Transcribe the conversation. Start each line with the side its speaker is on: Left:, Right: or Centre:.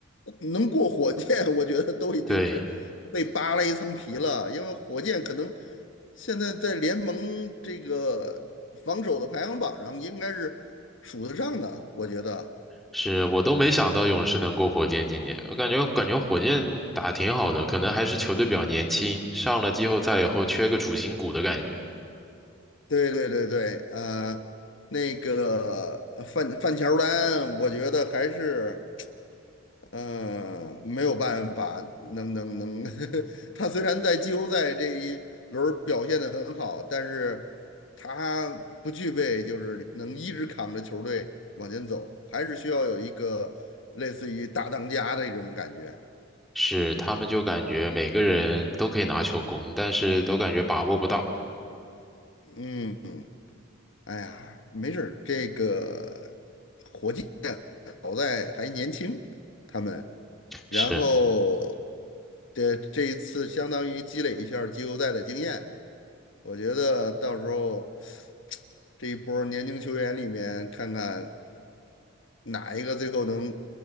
Left: 能过火箭，<laughs> 我觉得都已经是被扒了一层皮了，
Centre: 对，
Left: 因为火箭可能现在在联盟这个防守的排行榜上应该是数得上的，我觉得。
Centre: 是我都没想到勇士能过火箭今年，我感觉感觉火箭打挺好的，可能还是球队比较年轻，上了季后赛以后缺个主心骨的感觉，
Left: 对对对对，呃，那个呃范范乔丹，我觉得还是。嗯，没有办法，能能能，<laughs> 他虽然在季后赛这一轮儿表现得很好，但是他不具备就是能一直扛着球队往前走，还是需要有一个类似于大当家的一种感觉。
Centre: 是他们就感觉每个人都可以拿球攻，但是都感觉把握不到，
Left: 嗯，哎呀，没事儿这个火箭好在还年轻，他们，然后
Centre: 是。
Left: 这这一次相当于积累一下儿季后赛的经验。我觉得到时候这一波儿年轻球员里面，看看哪一个最后能